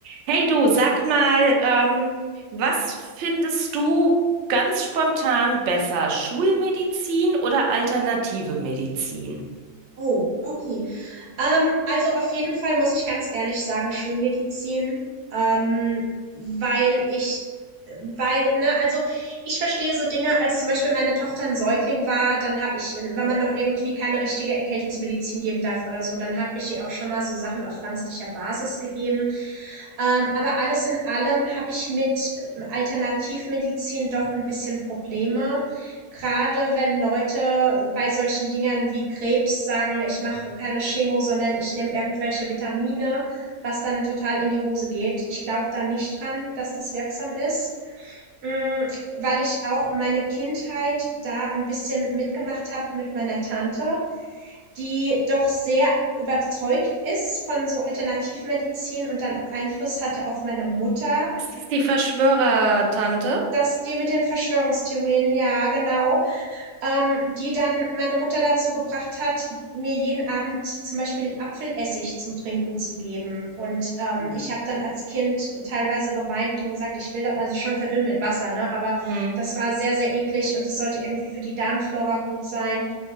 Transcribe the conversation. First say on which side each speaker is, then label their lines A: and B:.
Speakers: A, on the right; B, on the right.
A: Hey du, sag mal, ähm, was findest du ganz spontan besser, Schulmedizin oder alternative Medizin?
B: Oh, okay. Ähm, also auf jeden Fall muss ich ganz ehrlich sagen, Schulmedizin, ähm, weil ich, weil, ne, also ich verstehe so Dinge, als zum Beispiel meine Tochter ein Säugling war, dann habe ich, wenn man noch irgendwie keine richtige Erkältungsmedizin geben darf oder so, dann habe ich ihr auch schon mal so Sachen auf pflanzlicher Basis gegeben. Ähm, aber alles in allem habe ich mit ähm, Alternativmedizin doch ein bisschen Probleme gerade wenn Leute bei solchen Dingern wie Krebs sagen, ich mache keine Chemo, sondern ich nehme irgendwelche Vitamine, was dann total in die Hose geht. Ich glaube da nicht dran, dass das wirksam ist, Mm, weil ich auch meine Kindheit da ein bisschen mitgemacht habe mit meiner Tante, die doch sehr überzeugt ist von so Alternativmedizin und dann auch Einfluss hatte auf meine Mutter,
A: Ist das die Verschwörertante?
B: dass die mit den Verschwörungstheorien, ja, genau, ähm, die dann meine Mutter dazu gebracht hat, mir jeden Abend zum Beispiel Apfelessig zum Trinken zu geben. Und ähm,
A: <laughs>
B: ich habe dann als Kind teilweise geweint und gesagt, ich will das, also schon verdünnt mit Wasser, ne? Aber
A: Mhm.
B: das war sehr, sehr eklig und das sollte irgendwie für die Darmflora gut sein.